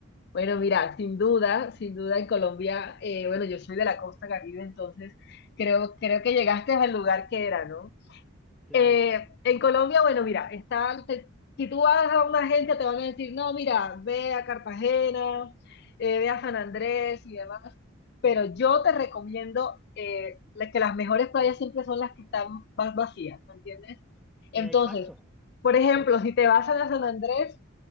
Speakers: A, on the left; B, in the centre.
A: Bueno, mira, sin duda, sin duda en Colombia, eh, bueno, yo soy de la costa Caribe, entonces creo, creo que llegaste al lugar que era, ¿no?
B: Claro,
A: Eh, en Colombia, bueno, mira, está, te- si tú vas a una agencia te van a decir, no, mira, ve a Cartagena, eh, ve a San Andrés y demás, pero yo te recomiendo eh, la- que las mejores playas siempre son las que están más vacías, ¿me entiendes? Entonces,
B: Eh, exacto,
A: por ejemplo,
B: exacto.
A: si te vas a la San Andrés,